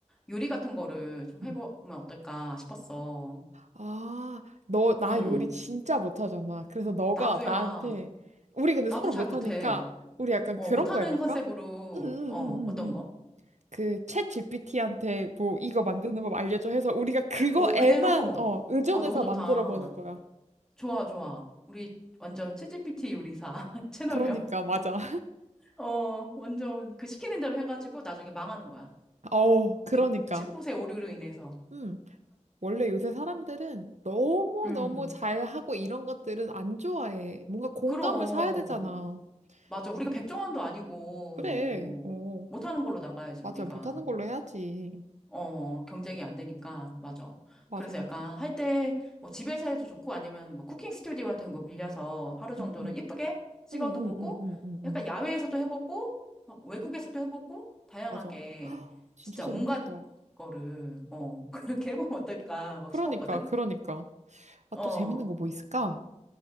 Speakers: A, in the centre; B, on the right.
A: 요리 같은 거를 좀
B: 음.
A: 해보면 어떨까 싶었어.
B: 아, 너, 나
A: 응,
B: 요리 진짜 못하잖아. 그래서 너가
A: 나도야.
B: 나한테, 우리 근데
A: 나도
B: 서로
A: 잘
B: 못하니까,
A: 못해.
B: 우리 약간
A: 어,
B: 그런
A: 못하는
B: 거 해볼까?
A: 컨셉으로,
B: 응, 응, 응,
A: 어,
B: 응,
A: 어떤 거?
B: 응. 그, 챗 GPT한테 뭐, 이거 만드는 법 알려줘 해서 우리가 그거에만,
A: 오, 그대로?
B: 어, 의존해서
A: 어, 너무 좋다.
B: 만들어 보는 거야.
A: 좋아, 좋아. 우리 완전 챗 g 피티 요리사 <laughs> 채널명.
B: 그러니까, 맞아.
A: 어, 완전 그 시키는 대로 해가지고 나중에 망하는 거야.
B: <laughs> 어,
A: 그
B: 그러니까.
A: 챗봇의 오류로 인해서.
B: 음, 원래 요새 사람들은 너무너무
A: 음,
B: 잘하고 이런 것들은 안 좋아해. 뭔가 공감을
A: 그럼.
B: 사야 되잖아.
A: 맞아.
B: 그-
A: 우리가 백종원도 아니고,
B: 그래,
A: 뭐,
B: 어.
A: 못하는 걸로 나가야지,
B: 맞아.
A: 우리가.
B: 못하는 걸로 해야지.
A: 어, 경쟁이 안 되니까, 맞아.
B: 맞아.
A: 그래서
B: 응,
A: 약간 할 때, 뭐 집에서 해도 좋고 아니면 뭐 쿠킹 스튜디오 같은 거 빌려서 하루 정도는
B: 응. 응,
A: 예쁘게 찍어도
B: 응,
A: 보고,
B: 응, 응, 응,
A: 약간
B: 응.
A: 야외에서도 해보고, 막 외국에서도 해보고, 다양하게
B: 맞아. <gasps> 헉, 진짜
A: 진짜
B: 재밌겠다.
A: 온갖 거를, 어, <laughs> 그렇게 해보면 어떨까 막
B: 그러니까,
A: 싶었거든?
B: 그러니까. 아,
A: 어,
B: 또 재밌는 거 뭐 있을까?